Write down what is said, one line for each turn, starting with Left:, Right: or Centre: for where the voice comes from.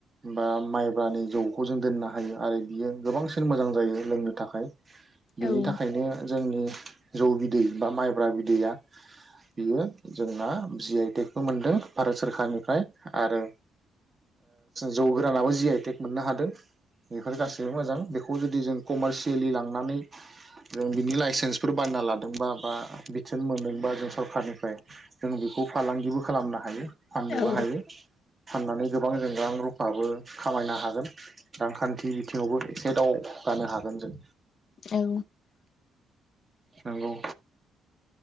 Right: बा माइब्रानि जौखौ जों दोननो हायो आरो बियो गोबांसिन मोजां जायो लोंनो थाखाय। बेनि
Left: औ
Right: थाखायनो जोंनि जौ बिदै बा माइब्रा बि दैआ बियो जोंना जि आइ टेकबो मोनदों भारत सरखारारनिफ्राय आरो जौ गोरानाबो जि आइटेक मोननो हादों बेफोर गासैबो मोजां। बेखौ जुदि जों कमारसियेलि लांनानै जों बिनि लाइसेन्सफोर बायना लादोंबा बा बिथोन मोनदोंबा जों सरखारनिफ्राय जों बेखौ फालांगिबो खालामनो हायो। फाननोबो
Left: औ
Right: हायो। फाननानै गोबां जों रां रू फाबो खामायनो हागोन। रांखान्थि बिथिङावबो एसे दावगानो हागोन जों।
Left: औ
Right: नंगौ